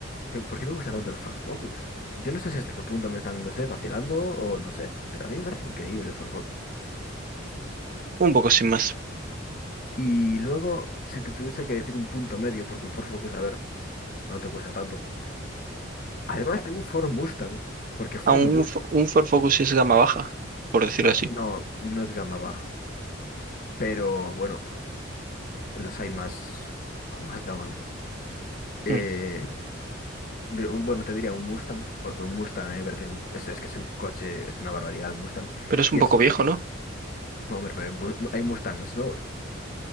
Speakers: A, on the left; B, on the right.
A: "¿Pero ¿por qué me gusta tanto el Ford Focus? Yo no sé si hasta qué punto me están, no sé, vacilando o no sé, pero a mí me parece increíble el Ford Focus.
B: Un poco sin más.
A: Y luego, si te tuviese que decir un punto medio, porque el Ford Focus, a ver, no te cuesta tanto. Además de un Ford Mustang, porque Ford
B: A un,
A: me gusta.
B: fo- un Ford Focus es gama baja, por decirlo
A: No,
B: así.
A: no, no es gama baja, pero bueno, los hay más, con más gama, ¿no? Eh,
B: Mm.
A: pero, bueno, te diría un Mustang, porque un Mustang, eh, me parece un- es, es que es un coche, es una barbaridad el Mustang.
B: Pero es
A: Y
B: un
A: es,
B: poco viejo, ¿no?
A: hombre, pero hay bu- hay Mustangs, ¿no?